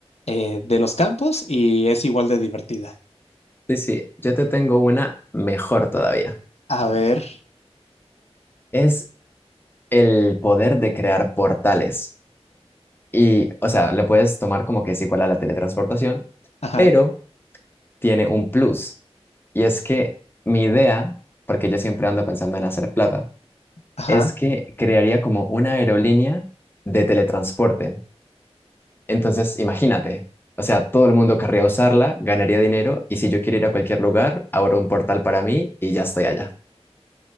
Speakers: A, on the left (about 70°); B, on the left (about 20°).
A: eh, de los campos y es igual de divertida.
B: Sí, sí, yo te tengo una mejor todavía.
A: A ver,
B: Es el poder de crear portales. Y, o sea, lo puedes tomar como que es igual a la teletransportación,
A: ajá,
B: pero tiene un plus. Y es que mi idea, porque yo siempre ando pensando en hacer plata,
A: ajá.
B: es que crearía como una aerolínea de teletransporte. Entonces, imagínate, o sea, todo el mundo querría usarla, ganaría dinero, y si yo quiero ir a cualquier lugar, abro un portal para mí y ya estoy allá.